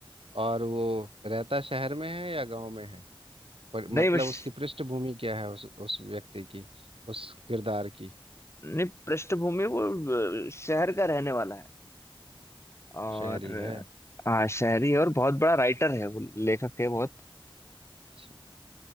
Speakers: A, on the right; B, on the left.
A: और वो रहता शहर में है या गांव में है पर
B: नहीं
A: मतलब
B: बस
A: उसकी पृष्ठभूमि क्या है उस उस व्यक्ति की उस किरदार की
B: नहीं पृष्ठभूमि वो अ, शहर का रहने वाला है और
A: शहरी
B: अ,
A: है
B: हाँ शहरी है और बहुत बड़ा राइटर है वो लेखक है बहुत
A: अच्छा